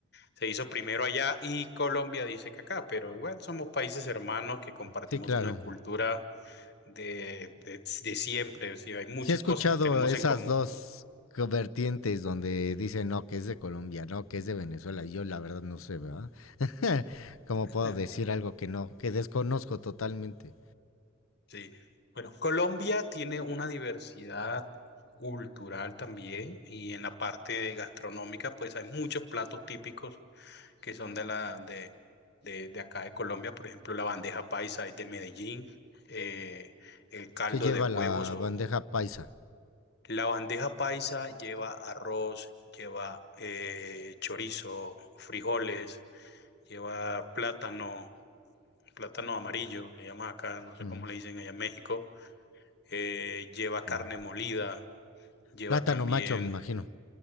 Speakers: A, on the left; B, on the left.
A: se hizo primero allá y Colombia dice que acá, pero igual somos países hermanos que compartimos
B: Sí, claro.
A: una cultura de, de, de siempre, sí, hay muchas
B: Sí he escuchado
A: cosas que tenemos
B: esas
A: en común.
B: dos co- vertientes donde dicen, no, que es de Colombia, no, que es de Venezuela. Yo la verdad no sé, ¿verdad? <laughs> ¿Cómo
A: <laughs>
B: puedo decir algo que no, que desconozco totalmente?
A: Sí. Bueno, Colombia tiene una diversidad cultural también y en la parte de gastronómica pues hay muchos platos típicos que son de la de, de, de acá de Colombia, por ejemplo la bandeja paisa es de Medellín, eh, el caldo
B: ¿Qué lleva
A: de huevos
B: la
A: o
B: bandeja paisa?
A: la bandeja paisa lleva arroz, lleva eh, chorizo, frijoles, lleva plátano, plátano amarillo, le llaman acá, no sé
B: Ujú,
A: cómo le dicen allá en México, eh, lleva carne
B: ujú.
A: molida, lleva
B: Plátano
A: también
B: macho, me imagino.